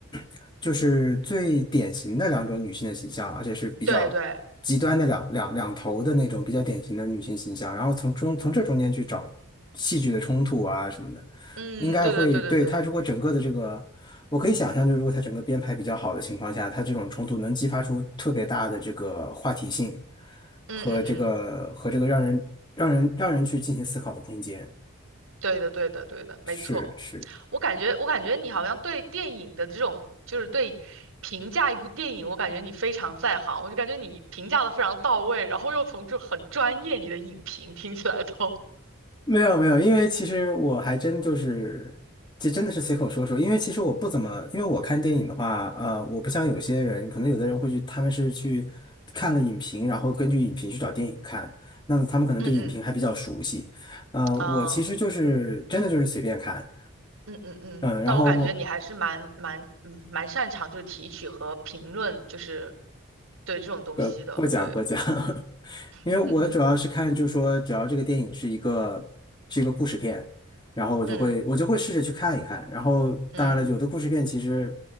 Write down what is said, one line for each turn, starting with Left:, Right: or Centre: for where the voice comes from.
Left: <clears throat> 就是最典型的两种女性的形象，而且是比较极端的两两两头的那种比较典型的女性形象，
Right: 对对，
Left: 然后从中从这中间去找戏剧的冲突啊什么的。
Right: 嗯，
Left: 应该会对他，
Right: 对对对对对，
Left: 如果整个的这个，我可以想象，就是如果他整个编排比较好的情况下，他这种冲突能激发出特别大的这个话题性
Right: 嗯嗯嗯，
Left: 和这个和这个让人让人让人去进行思考的空间。
Right: 对的对的对的，没错。
Left: 是是。
Right: 我感觉我感觉你好像对电影的这种，就是对评价一部电影，我感觉你非常在行，我就感觉你评价的非常到位，然后又从这很专业你的影评听起来都，
Left: 没有没有，因为其实我还真就是，这真的是随口说说。因为其实我不怎么，因为我看电影的话，呃，我不像有些人，可能有的人会去，他们是去看了影评，然后根据影评去找电影看，那么他们可能对影评还比较熟悉。
Right: <laughs> 嗯嗯
Left: 嗯、
Right: 啊。
Left: 我其实就是真的就是随便看，
Right: 嗯嗯嗯，
Left: 嗯、然后
Right: 那我感觉你还是蛮蛮嗯蛮擅长就是提取和评论，就是对这种东西的，
Left: 呃，过奖过奖，
Right: 对，
Left: <laughs>
Right: <laughs>
Left: 因为我主要是看，就是说，只要这个电影是一个是一个故事片，然后我就会我就会试着去看一看。
Right: 嗯嗯
Left: 然后当然了，
Right: 嗯
Left: 有的故事片其实